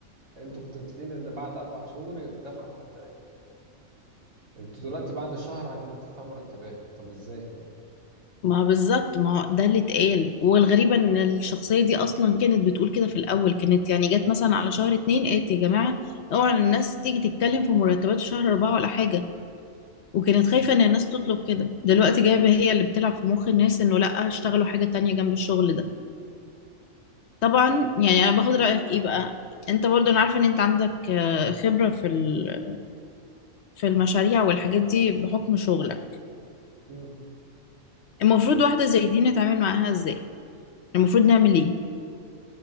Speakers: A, on the right; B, on the left.
A: انتوا كنتوا متفقين ان بعد اربع شهور يدفع مرتبات انتوا دلوقتي بعد الشهر عايزين تدفعوا مرتبات طب ازاي طيب
B: ما بالظبط ما ده اللي اتقال والغريبة ان الشخصية دي اصلا كانت بتقول كده في الاول كانت يعني جت مثلا على شهر اتنين قالت يا جماعة اوعى الناس تيجي تتكلم في مرتبات في شهر اربعة ولا حاجة وكانت خايفة ان الناس تطلب كده دلوقتي جايبة هي اللي بتلعب في مخ الناس انه لا اشتغلوا حاجة تانية جنب الشغل ده طبعا يعني انا باخد رأيك ايه بقى انت برضه انا عارفة ان انت عندك آه، خبرة في ال- في المشاريع والحاجات دي بحكم شغلك
A: مم.
B: المفروض واحدة زي دي نتعامل معاها ازاي المفروض نعمل ايه